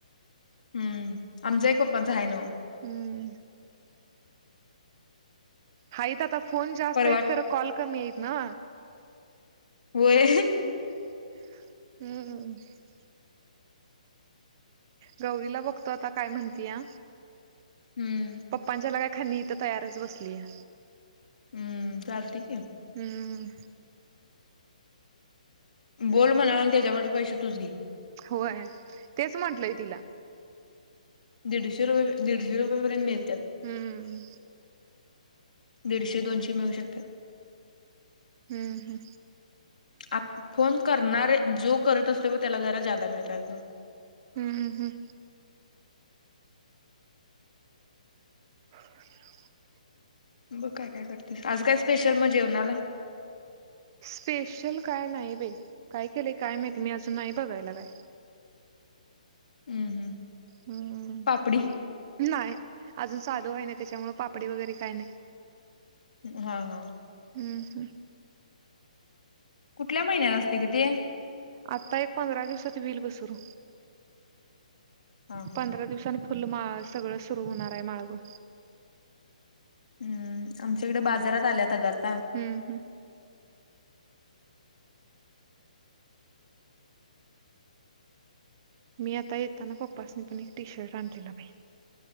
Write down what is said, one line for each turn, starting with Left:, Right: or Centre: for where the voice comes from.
Left: हम्म, आमच्या एक पप्पांचा हाय नव.
Right: हम्म. हायत आता, फोन जास्त
Left: परवा
Right: आहेत, खरं कॉल कमी आहेत ना.
Left: होय
Right: हम्. गौरीला बघतो आता काय म्हणत्या,
Left: हम्म
Right: पप्पांच्याला काय खनी इथ तयारच बसली या..
Left: हम्म. चालतय की.
Right: हम्म.
Left: बोल म्हणाव आणि त्याच्यावरच पैसे तुच घे.
Right: होय. तेच म्हंटलय तिला.
Left: दीडशे रुपये, दिडशे रुपयेपर्यंत मिळ
Right: हम्म.
Left: दीडशे, दोनशे मिळू शकत्यात.
Right: हम्म हम्म
Left: आप फोन करणारे. जो करत असतोय बघ त्याला जरा जादा मिळतात अजून.
Right: हम्म, हम्म. <unintelligible>
Left: बग काय काय करतीस,, आज काय स्पेशल मग जेवणाला.
Right: स्पेशल काय नाही बाई,, काय केलंय काय माहिती मी अजून नाही बघायला काय.
Left: हम्म, हम्म.
Right: हम्म
Left: पापडी
Right: नाही. अजून चालू व्हाय नाही त्याच्यामुळ पापडी वगैरे काय नाही.
Left: हा हा.
Right: हम्म हम्म
Left: कुठल्या महिन्यात असतंय ग ते.
Right: आता एक पंधरा दिवसात वहील बघ सुरू
Left: हा हा
Right: पंधरा दिवसानी फुलं माळव सगळं सुरू होणार आहे माळवं.
Left: हम्म, आमच्या इकडं बाजारात आल्यात अगं आ.
Right: हम्म हम्म. मी आता ऐताना पप्पसनी पन एक टि शरटं आनलेला बाई.